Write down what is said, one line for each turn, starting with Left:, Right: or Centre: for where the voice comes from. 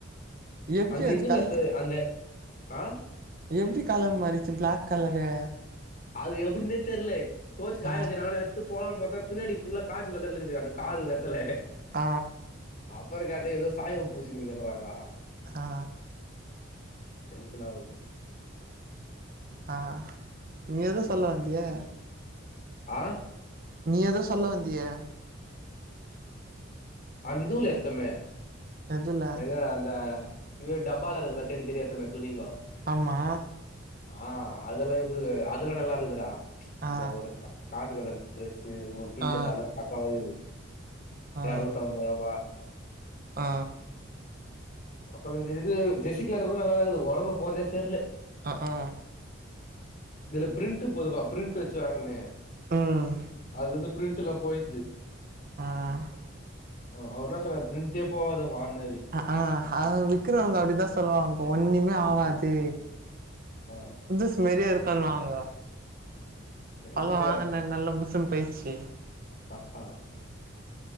Right: எப்டி
Left: அந்த
Right: அது
Left: இதுல
Right: கல
Left: இ அந்த ஆ
Right: எப்டி கலர் மாறிச்சு பிளாக் கலரு
Left: அது எப்டின்னே தெரியல தோச்சு காய
Right: ஆ
Left: வச்சு ஆனா எடுத்து போடலானு பாத்தா பின்னாடி ஃபுல்லா காபி கலர் இருக்குது அந்த கால் நிலத்துல
Right: ஆ
Left: அப்ற கேட்ட ஏதோ சாயம் பூசினுக்குது எண்ணக்குறாங்கோ
Right: ஆ
Left: டேஸ்சன் ஆகுது
Right: ஆ நீ எதுவு சொல்ல வந்தியே
Left: ஆ
Right: நீ ஏதோ சொல்ல வந்தியே
Left: அந்த இதுல எடுத்தமே
Right: எதுல
Left: எது அந்த இது டப்பால இருந்தல்ல தெடி தெடி எடுத்தமே துணிங்க
Right: ஆமா
Left: ஆ அதெல்லா இது அதெல்லா நல்லா இருக்குதுடா ம்ச் இந்த
Right: ஆ
Left: ஒருக்கா காஃபி கலர் ட்ரெஸ் உ டீ
Right: ஆ
Left: ஷர்ட் எல்லாத்த பக்கம் ஆகுது
Right: ஆ
Left: இருநூத்தி ஐம்பது ரூபா
Right: ஆ
Left: அப்ற இந்த இது ஜெஸி கலா கூட நல்லா இருது ஓடம்ல போறதே தெரியல
Right: ஆ ஆ
Left: இதுல பிரிண்ட் போதுபா பிரிண்ட் வச்சு வாங்கன்னே
Right: ம்
Left: அதுலந் பிரிண்ட் எல்லா போயிடுது
Right: ஆ ஆ
Left: ஆ அவர்னா சொன்னா பிரிண்டே போவாத அப்பா மானாரு
Right: அ ஆ விக்குரங்க அப்டிதா சொல்லுவாங்க ஒண்ணுமே ஆவாது
Left: ஆ
Right: புதுசுமரியா இருக்கானு வாங்க
Left: எங்க
Right: அதா வாங்கன நல்ல புசுன்னு போயிடுச்சு
Left: ஆ ஆ